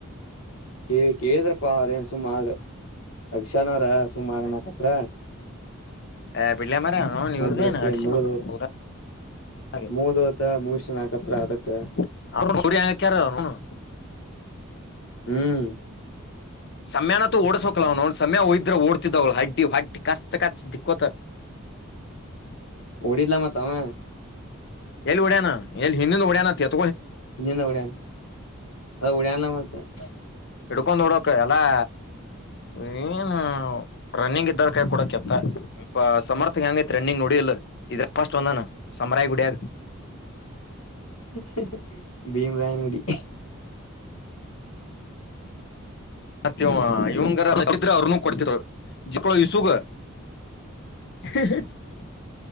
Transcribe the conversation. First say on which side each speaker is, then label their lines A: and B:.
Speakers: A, on the left; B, on the left.
A: ಎಲ್ಲೆಂಟ್ <inaudible> ಕ ಕೇಳಿದ್ರಪ್ಪಾ ಅವ್ರ ಏನ್ ಸುಮ್ ಆ ಅಕ್ಷನ್ ಅವ್ರ ಸುಮ್ ಆಗಣಕತ್ರ
B: ಹ <unintelligible> ಪಳ್ಳ ಮರ <unintelligible> ನೀವರುದನ
A: ಬಿಡತ್ತೆ
B: ಅಡಿಸಿಿ
A: ಮುಗ್ದ
B: ಮಕ್ಕ
A: ಹೋತ್
B: ಪೂರ <unintelligible> ಹಾಗ
A: ಮುಗ್ದ ಹೋತ ಮುಗಿಸ್ಯಾನ್ ಆಕತ್ರ
B: <unintelligible>
A: ಅದಕ್ಕ
B: <unintelligible>
A: ಹ್ಮ್
B: ಸಮಯಾನೂ ಓಡಸ್ಕ್ಲ ಅವ್ ನ ಸಮಯ ಒಯ್ದ್ರ <unintelligible> ಓಡ್ತಿದವ ಹಡ್ಡಿ <unintelligible> ಹೊಟ್ಟಿ ಕಾ ಕಚ್ <unintelligible> ದಿಕ್ಕೋತ್
A: <inaudible> ಬಿಡಿಲ ಮಾತಾ <unintelligible>
B: ಎಲ್ಲಿ ಉಡ್ಯಣ ಎಲ್ಲಿ ಹಿಂದಿನನ್ ಉಡ್ಯನ <unintelligible>
A: <unintelligible> ಇನ್ನಂದ ಎಡ ಅದ ಎಡನ್ಲ್ಲ ಮತ್ತ <unintelligible>
B: ಇಡ್ಕೊಂಡೊಂಡ್ ಡೋಕ್ ಎಲ್ಲ <unintelligible> <unintelligible> ರನ್ನಿಂಗ್ ಇದ್ದಾರ ಕೈ ಕೂಡ ಕೆತ್ತ ಇ ಸಮರ್ಥಕ ಹೆಂಗೈತಿ ರನ್ನಿಂಗ್ ನೋಡಿಲ್ಲ ಇಫಸ್ಟ್ ಒಂದಾನ ಸಮರಾಯ ಗುಡಿಯ
A: <unintelligible> ಭೀಮರಾಯನಡಿ
B: ಮತ್ತ <unintelligible> ಇವಂಗರಿದ್ರೆ ಅವ್ರನುೂ ಕೊಡ್ತಿಿದ್ರು ಜಕ್ಕಳ ಇಸುಗ <unintelligible> ಹ <inaudible>